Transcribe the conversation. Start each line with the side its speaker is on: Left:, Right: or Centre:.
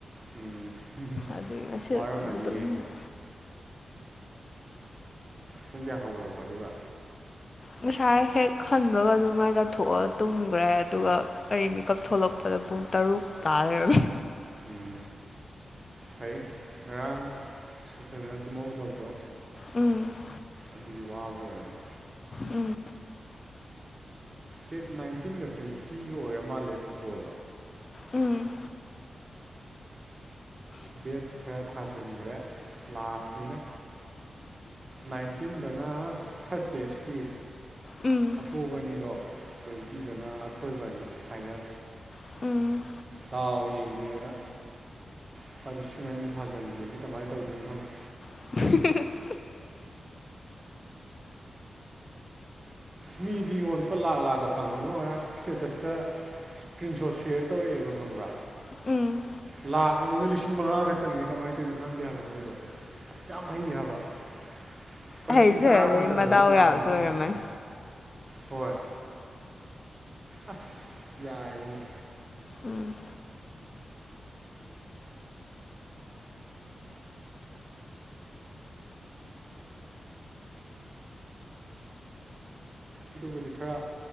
Right: ꯎꯝ
Left: ꯑꯗꯨ ꯉꯁꯤꯗꯣ
Right: ꯋꯥꯔꯝꯃꯅꯤꯌꯦ
Left: ꯇꯨꯝꯁꯨ ꯇꯨꯝꯅꯤꯡꯕ
Right: ꯄꯨꯡ ꯀꯌꯥ ꯍꯧꯒꯠꯂꯛꯄ ꯑꯗꯨꯒ
Left: ꯉꯁꯥꯏ ꯍꯦꯛ ꯍꯟꯕꯒ ꯑꯗꯨꯝ ꯃꯥꯏ ꯇꯥꯊꯣꯛꯑꯒ ꯇꯨꯝꯈ꯭ꯔꯦ ꯑꯗꯨꯒ ꯑꯩ ꯃꯤꯀꯞ ꯊꯣꯛꯂꯛꯄꯗ ꯄꯨꯡ ꯇꯔꯨꯛ ꯇꯥ ꯂꯩꯔꯝꯃꯦ
Right: ꯎꯝ ꯐꯩ ꯉꯔꯥꯡꯁꯨ ꯐꯖꯅ ꯇꯨꯝꯍꯧꯗꯕꯗꯣ
Left: ꯎꯝ
Right: ꯑꯗꯨꯒꯤ ꯋꯥꯕ ꯑꯣꯏꯔꯝꯅꯤ
Left: ꯎꯝ
Right: ꯗꯦꯠ ꯅꯥꯏꯟꯇꯤꯟꯒ ꯇ꯭ꯋꯦꯟꯇꯤꯒ ꯑꯣꯏꯔ ꯃꯥꯜꯂꯦ ꯐꯨꯠꯕꯣꯜ
Left: ꯎꯝ
Right: ꯕꯦꯠ ꯈꯔ ꯊꯥꯖꯤꯟꯈ꯭ꯔꯦ ꯂꯥꯁꯇꯩꯅ ꯅꯥꯏꯟꯇꯤꯟꯗꯅ ꯊꯥꯔꯠ ꯄ꯭ꯂꯦꯁꯀꯤ
Left: ꯎ
Right: ꯀꯣꯕꯅꯤꯗꯣ ꯇ꯭ꯋꯦꯟꯇꯤꯗꯅ ꯑꯊꯣꯏꯕꯅꯤ ꯐꯥꯏꯅꯦꯜ
Left: ꯎꯝ
Right: ꯗꯥꯎ ꯌꯦꯡꯒꯦꯅ ꯂꯨꯄꯥ ꯂꯤꯁꯤꯡ ꯑꯅꯤ ꯊꯥꯖꯤꯟꯒꯦꯅ ꯀꯃꯥꯏꯅ ꯇꯧꯗꯣꯏꯅꯣ ꯈꯪꯦ
Left: <unintelligible>
Right: ꯃꯤꯗꯤ ꯌꯣꯟ ꯂꯨꯄꯥ ꯂꯥꯛ ꯂꯥꯛꯀ ꯐꯪꯉꯤꯉꯣ ꯑꯣꯏꯔ ꯏꯁꯇꯦꯇꯁꯇ ꯏꯁꯀ꯭ꯔꯤꯟ ꯁꯣꯠ ꯁꯦꯌꯔ ꯇꯧꯔꯛꯑꯦꯕ ꯈꯪꯕ꯭ꯔꯥ
Left: ꯑꯦ
Right: ꯂꯥꯛ ꯑꯃꯗ ꯂꯤꯁꯤꯡ ꯃꯉꯥꯒ ꯆꯪꯉꯦ ꯀꯃꯥꯏꯅ ꯇꯧꯔꯤꯅꯣ ꯈꯪꯒꯦ ꯍꯥꯏꯕ ꯃꯣꯏꯗꯣ ꯌꯥꯝ ꯍꯩ ꯍꯥꯏꯕ ꯂꯨꯄꯥ
Left: ꯍꯩꯁꯦ
Right: ꯂꯤꯁꯤꯡ ꯇꯔꯥ
Left: ꯑꯗꯩ
Right: ꯊꯥꯖꯤꯜꯂꯒ
Left: ꯃꯗꯥꯎ
Right: ꯂꯥꯛꯑ
Left: ꯌꯥꯕꯁꯨ
Right: ꯑꯃ ꯐꯪꯒꯦ
Left: ꯑꯣꯏꯔꯝꯃꯅꯤ
Right: ꯍꯣꯏ ꯑꯁ ꯌꯥꯏ ꯃ
Left: ꯎꯝ
Right: ꯑꯗꯨꯕꯨꯗꯤ ꯈꯔ